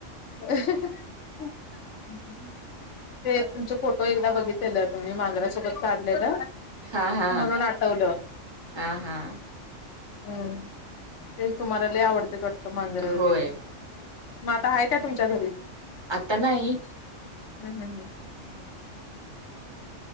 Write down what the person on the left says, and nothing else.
<inaudible> ते तुमचे फोटो एकदा बघितलेले. तुम्ही मांजरासोबत काढले ना?
म्हणून आठवलं.
हम्म. तेच तुमाला लई आवडत क- मांजर
वगैरे. मग आता आहे का तुमच्या घरी?
हम हम हं.